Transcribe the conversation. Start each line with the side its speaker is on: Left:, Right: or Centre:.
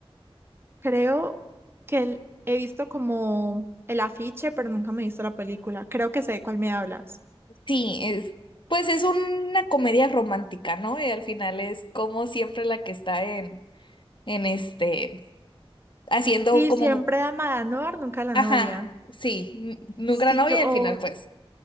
Right: Creo que el- he visto como el afiche, pero nunca me he visto la película. Creo que sé de cuál me hablas.
Left: Sí, es, pues es una comedia romántica, ¿no? Y al final es como siempre la que está en, en este, haciendo
Right: Sí,
Left: como,
Right: siempre ama a Noir, nunca a la
Left: ajá,
Right: novia.
Left: sí, n- nunca
Right: Sí,
Left: la novia
Right: yo,
Left: y
Right: o,
Left: al final pues,